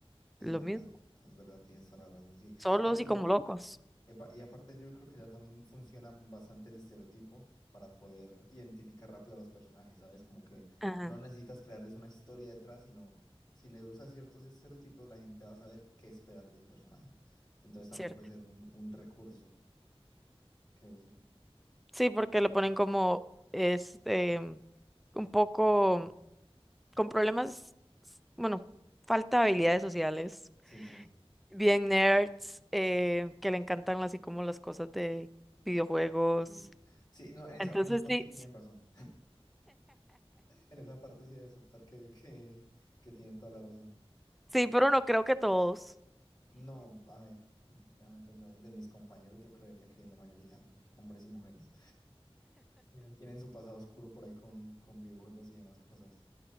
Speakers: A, on the left; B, in the centre.
A: Es
B: lo
A: verdad,
B: mismo,
A: es verdad, tienes toda la razón, sí.
B: solos
A: No, y,
B: y como
A: a-
B: locos.
A: epa, y aparte yo creo que ya también funciona bastante el estereotipo para poder identificar rápido a los personajes, ¿sabes? Como que
B: Ajá,
A: no necesitas crearles una historia detrás, sino si le usas ciertos estereotipos, la gente va a saber qué esperar de ese personaje. Entonces también
B: cierto.
A: puede ser un, un recurso que usen.
B: Sí, porque lo ponen como este un poco con problemas, bueno, falta de habilidades sociales,
A: Sí, sí.
B: bien nerds, eh, que le encantan así como las cosas de videojuegos.
A: te digo. Sí, no, en esa,
B: Entonces
A: en esa parte
B: sí,
A: tienen
B: sí,
A: razón. En esa parte sí de aceptar que, que, que tienen toda la razón.
B: sí, pero no creo que todos.
A: No, a ver, mm, déjame pensar, de mis compañeros yo creería que la mayoría, hombres y mujeres, tienen, tienen su pasado oscuro por ahí con, con videojuegos y demás cosas.